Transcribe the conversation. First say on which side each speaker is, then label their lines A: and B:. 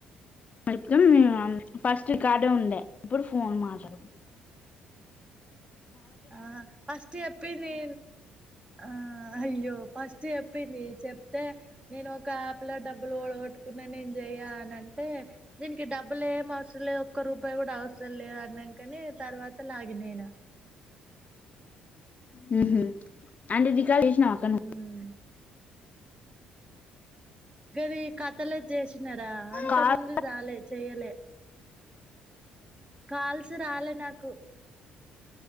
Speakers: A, on the left; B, on the right.
A: అయితే ఫస్ట్ రికార్డే ఉండే ఇప్పుడు ఫోన్ మాటలు
B: ఆహా ఫస్ట్ చెప్పింది ఆ అయ్యో ఫస్ట్ చెప్పింది చెప్ అయితే నేను ఒక యాప్ లో డబ్బులు పోడగొట్టుకున్నా నేను చెయ్యా అని అంటే దీనికి డబ్బులు ఏం అవసరం లేదు. ఒక్క రూపాయి కూడా అవ సరం లేదు అన్నంకనే తర్వాత లాగినైనా.
A: హుహ్ అంటే నీ ఇన్స్టాల్ చేసినవా అక్కా నువ్వు.
B: ఉమ్ గది కథలది చేశి న్నారా అంత
A: కాల్
B: ముందుది రాలే చెయ్యలే. కాల్సు రాలే నాకు.